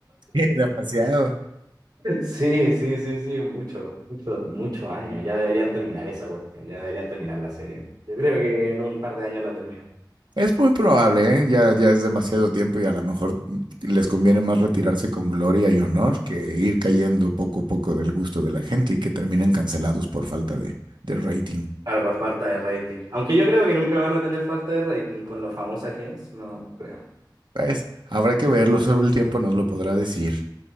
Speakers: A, on the right; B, on the right.
A: <laughs> Demasiado.
B: Sí, sí, sí, sí, mucho, mucho, muchos años. Ya deberían terminar esa cuestión, ya deberían terminar la serie. Yo creo que en un par de años la terminan.
A: Es muy probable, ¿eh? Ya, ya es demasiado tiempo y a lo mejor mm, les conviene más retirarse con gloria y honor que ir cayendo poco a poco del gusto de la gente y que terminen cancelados por falta de, de rating.
B: Claro, por falta de rating. Aunque yo creo que nunca van a tener falta de rating con lo famosa que es, no creo.
A: Pues habrá que verlo, solo el tiempo nos lo podrá decir.